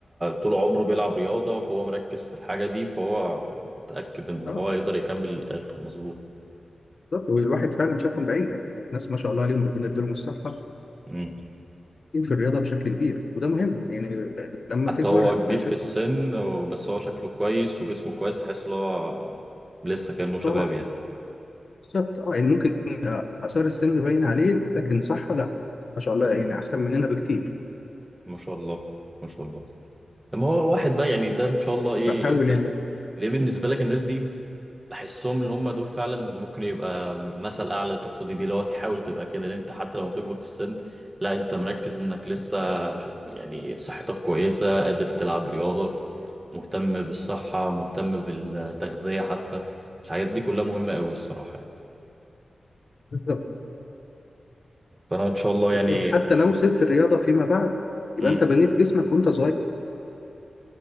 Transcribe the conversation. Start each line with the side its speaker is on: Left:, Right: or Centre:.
Right: طول عمره بيلعب رياضة فهو مركز في الحاجة دي فهو متأكد إن
Left: اه
Right: هو يقدر يكمل للآخر مظبوط
Left: بالظبط والواحد فعلا شافهم بعينه يعني ناس ما شاء الله عليهم ربنا يديلهم الصحه
Right: امم
Left: في الرياضة بشكل كبير وده مهم يعني لما
Right: حتى
Left: تكبر
Right: هو
Left: هت-
Right: كبير
Left: هتحس
Right: في السن و- بس هو شكله كويس وجسمه كويس تحس إن هو لسه كأنه شباب
Left: طبعا
Right: يعني
Left: بالظبط اه يعني ممكن آثار السن باين عليه لكن صح لا ما شاء الله يعني أحسن مننا بكتير
Right: ما شاء الله ما شاء الله لما هو واحد بقى يعني ده إن شاء الله إيه
Left: بحاول
Right: ده,
Left: يعني
Right: ده بالنسبة لك الناس دي بحسهم اللي هم دول فعلا ممكن يبقى مثل اعلى تقتدي بيه لو تحاول تبقى كده لان انت حتى لو تكبر في السن لا انت مركز انك لسه ش- يعني صحتك كويسه قادر تلعب رياضه مهتم بالصحه مهتم بالتغذيه حتى الحاجات دي كلها مهمه قوي الصراحه يعني.
Left: بالظبط
Right: فانا ان شاء الله يعني
Left: بالظبط. حتى لو سبت الرياضة فيما بعد يبقى
Right: مم.
Left: أنت بنيت جسمك وأنت صغير